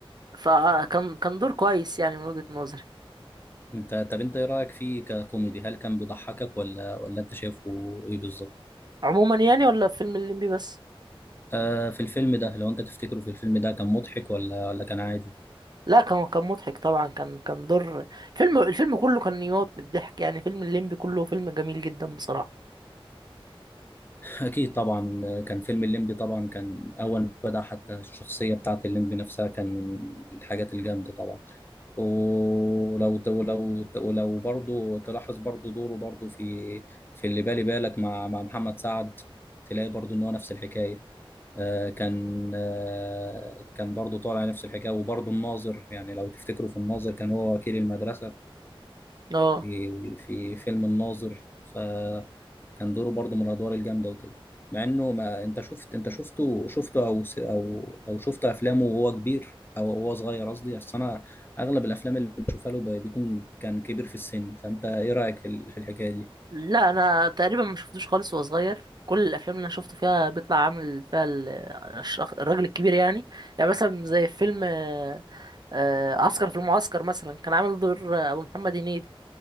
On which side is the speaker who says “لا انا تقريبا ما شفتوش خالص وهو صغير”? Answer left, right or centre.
Right